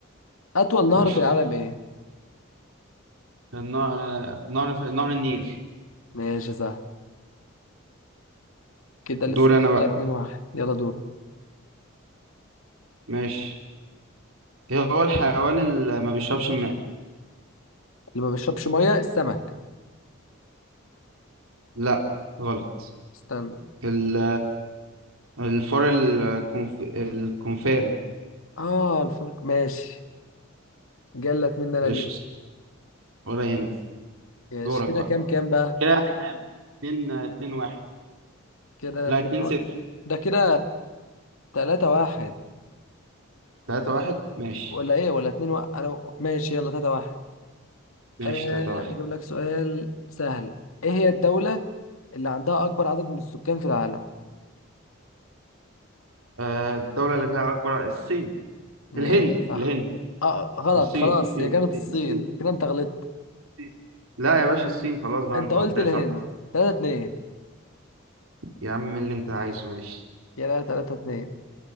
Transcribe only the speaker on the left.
أطول نهر
في العالم إيه؟
ماشي صح كده
لسه
زي 2 واحد يلا دورك
اللي ما بيشربش مية السمك
استنى
آه الفرق ماشي جلت مننا
دي
ماشي
كده
كام كام بقى؟
كده
2
واحد
ده كده 3 واحد
ولا إيه ولا 2 واحد أنا ماشي يلا 3 واحد
آه
أجيب لك سؤال سهل إيه هي الدولة اللي عندها أكبر عدد من السكان في العالم؟
ماشي
صح
آه غلط
خلاص
هي كانت
الصين
كده أنت غلطت
أنت
قلت
الهند
3 2
كده تلاتة اتنين